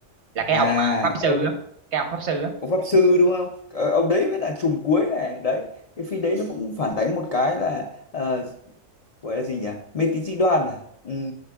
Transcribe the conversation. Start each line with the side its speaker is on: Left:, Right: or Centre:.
Right: là cái
Left: à
Right: ông mà pháp sư
Left: ông
Right: á cái ông pháp sư á
Left: ông pháp sư đúng không Ờ, ông đấy mới là trùm cuối này đấy cái phim đấy nó cũng phản đánh một cái là ờ, gọi là gì nhỉ mê tín dị đoan à ừ,